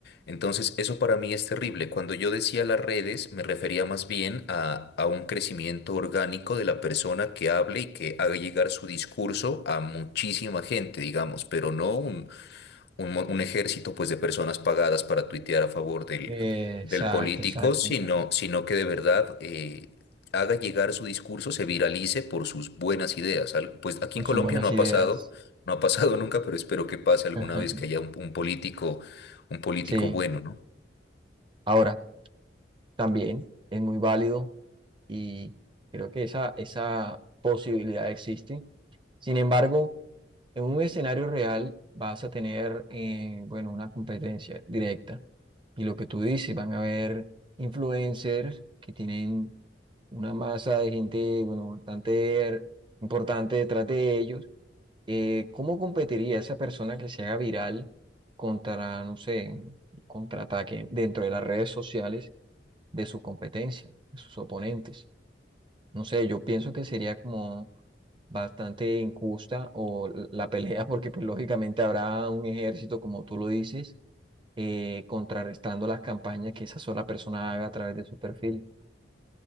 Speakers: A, on the left; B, on the right.
A: Entonces, eso para mí es terrible. Cuando yo decía las redes, me refería más bien a, a un crecimiento orgánico de la persona que hable y que haga llegar su discurso a muchísima gente, digamos, pero no un, un, mo- un ejército pues de personas pagadas para tuitear a favor del,
B: Eh, exacto,
A: del político,
B: exacto,
A: sino,
B: exacto.
A: sino que de verdad eh, haga llegar su discurso, se viralice por sus buenas ideas. Al- Pues aquí
B: Con
A: en Colombia
B: sus buenas
A: no ha
B: ideas.
A: pasado, no ha pasado <laughs> nunca, pero espero que pase alguna
B: Ajá.
A: vez que haya un, un político, un político
B: Sí.
A: bueno, ¿no?
B: Ahora, también es muy válido y creo que esa, esa posibilidad existe. Sin embargo, En un escenario real vas a tener, eh, bueno, una competencia directa. Y lo que tú dices, van a haber influencers que tienen una masa de gente, bueno, bastante importante detrás de ellos. Eh, ¿cómo competiría esa persona que se haga viral contra, no sé, un contraataque dentro de las redes sociales de su competencia, de sus oponentes? No sé, yo pienso que sería como bastante injusta o l- la pelea, <laughs> porque pues lógicamente habrá un ejército, como tú lo dices, eh, contrarrestando las campañas que esa sola persona haga a través de su perfil.